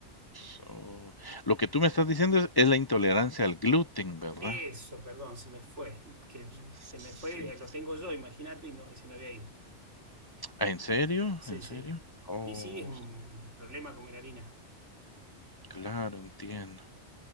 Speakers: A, on the left (about 25°); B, on the right (about 80°).
A: So, lo que tú me estás diciendo es es la intolerancia al gluten, ¿verdad?
B: Eso, perdón, se me fue, que
A: Sí.
B: se me fue, lo tengo yo, imagínate, y no, y se me había ido.
A: Ah, ¿en serio?
B: Sí,
A: ¿En
B: sí.
A: serio? Oh,
B: Y sí, es un
A: sí,
B: problema comer harina.
A: claro, entiendo.